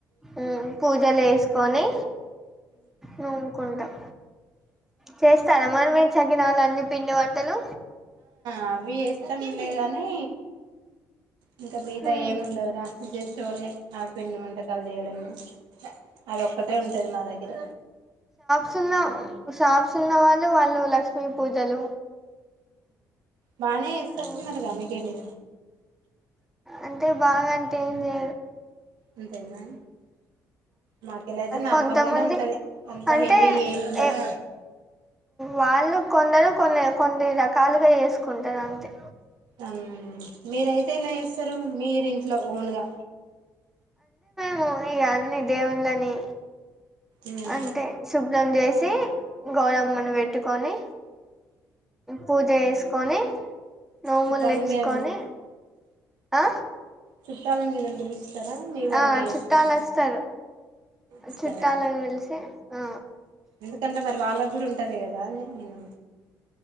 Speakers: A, in the centre; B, on the right (about 75°).
A: ఉ పూజలు వేసుకొని నూముకుంటాం చేస్తార మరి మి గినాలు అన్ని పిండి వంటలు
B: ఆ వి ఏస్తం లే గ కానీ ఇంకా మిగతా
A: ఉమ్,
B: ఏమి ఉండదురా జస్ట్ ఓన్లీ ఆ పిండి వంటకాలు చేయడము అది ఒక్కటే ఉంటంది మా దగ్గర
A: సున్న షాప్స్ ఉన్న వాళ్ళు వాళ్ళు లక్ష్మీ పూజలు
B: బానే ఇస్తస్తున్నారుగా
A: ఉమ్,
B: మిగిలి
A: అంటే బాగన్ టైన్ జ
B: అంతేనా మాకెళ్ళ అయితే నార్మల్
A: కొంతమంది
B: గానే ఉంటది అంత
A: అంటే
B: హెవీ ఏమి ఉండదు
A: ఏ వాళ్ళు కొందరు కొన్ని కొన్ని రకాలుగా ఏసు కొంటదంతే
B: అమ్ మీరయితే ఇలా చేస్తారు మీరు లో ఓనుగా
A: వు ఇగన్ని దేవుందని
B: ఉమ్
A: అంటే సుబ్ బ్లం జేసి గోడమ్మను పెట్టుకొని పూజ జెస్ కోనే నోములు
B: చుట్టాలని
A: తెచ్చుకొని
B: గిన
A: ఆ
B: చుట్టాలన్ వీ లందరు స్తరా మీ వరకే
A: ఆ
B: ఏస్కుంటరా
A: చుట్టాలు వస్తారు
B: ఇస్తరా
A: చుట్టాలని పిలిచి ఆ
B: ఎందుకంటే మరి వాళ్ళక్ గూడుంటది కదా అనే నేను